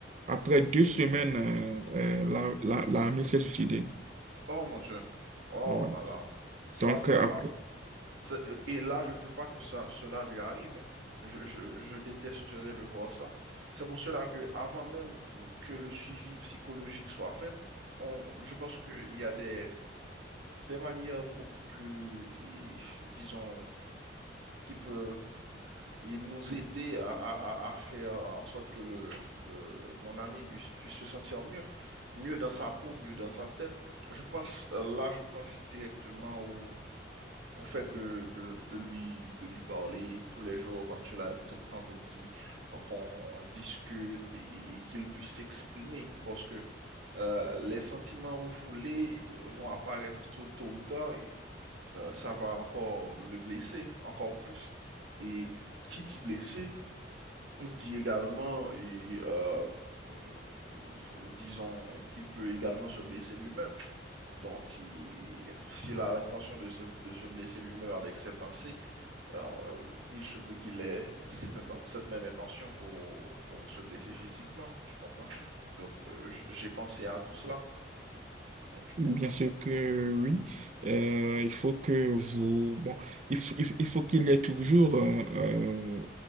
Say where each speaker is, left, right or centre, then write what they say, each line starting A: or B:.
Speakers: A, on the right (about 40°); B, on the right (about 80°).
A: après deux semaines, euh, euh, la, la, l'armée s'est suicidée.
B: Oh mon Dieu. Oh
A: Ouais.
B: là là. Ça,
A: Donc,
B: c'est
A: euh,
B: grave.
A: après,
B: C'est- euh, Et là, je ne veux pas que ça, cela lui arrive, hein. Je, je, je détesterais de voir ça. C'est pour cela que, avant même que le suivi psychologique soit fait, on, je pense qu'il y a des des manières beaucoup plus, et, disons, qui peuvent et nous aider à, à- à- à faire en sorte que le, le- mon ami puisse, puisse se sentir mieux, mieux dans sa peau, mieux dans sa tête. Je pense, euh, là, je pense directement au, au fait de, de, de lui, de lui parler tous les jours, comme tu l'as tout tantôt dit, euh, qu'on discute et, et qu'il puisse s'exprimer, parce que euh, les sentiments refoulés vont apparaître tôt, tôt ou tard, euh, ça va encore le blesser, encore plus. Et qui dit blessé, il dit également, et, euh, mm, mm, disons, qu'il peut également se blesser lui-même. Donc, il- s'il a l'intention de se, de se blesser lui-même avec ses pensées, alors, euh, il se peut qu'il ait cette, cette même intention pour, pour se blesser physiquement, tu comprends? Donc, euh, j- j'ai pensé à tout cela, Donc, tu comprends?
A: Bien sûr que oui. Euh, il faut que vous... Bon, il, f- il f- il faut qu'il y ait toujours euh, euh,